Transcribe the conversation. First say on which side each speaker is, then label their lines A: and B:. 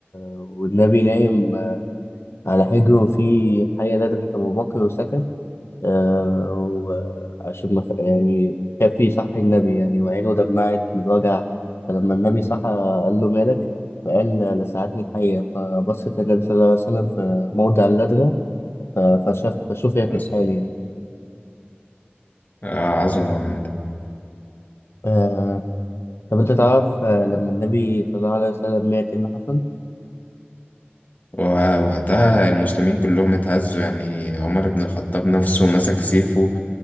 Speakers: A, on the left (about 80°); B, on the left (about 40°).
A: والنبي نايم آه، على حجره وفي حية لدغت أبو بكر وسكت آه، وعشان ما خ- يعني خاف يصحي النبي يعني وعينه دمعت من الوجع فلما النبي صحى قال له مالك فقال لسعتني الحية فبصت النبي صلى الله عليه وسلم في موضع اللدغة ف- فشاف فشوف هي في
B: بس.
A: الحال يعني
B: آه، عظمة عامة
A: آه، طب أنت تعرف آه، لما النبي صلى الله عليه وسلم مات إيه اللي حصل؟
B: ووقتها المسلمين كلهم اتهزوا يعني عمر بن الخطاب نفسه مسك سيفه